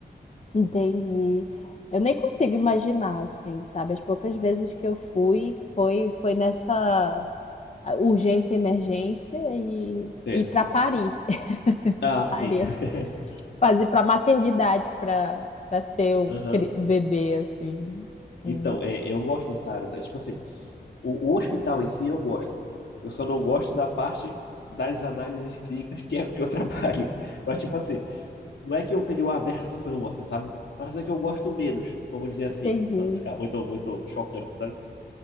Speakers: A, on the left; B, on the left.
A: entendi. Eu nem consigo imaginar, assim, sabe? As poucas vezes que eu fui, foi, foi nessa. a urgência e emergência e
B: Certo.
A: ir para parir, <laughs>
B: Ah,
A: Parir,
B: sim. <laughs>
A: fazer para maternidade, para para ter o,
B: Aham.
A: cri- o bebê assim. Hum,
B: Então, é, eu gosto dessa área. tá? Tipo assim, o, o hospital em si eu gosto. Eu só não gosto da parte das análises clínicas, que é <laughs> porque eu trabalho. <laughs> Mas, tipo assim, não é que eu tenho aversão, assim, sabe? Mas é que eu gosto menos, vamos dizer assim,
A: Entendi,
B: para não ficar muito, muito chocante, sabe?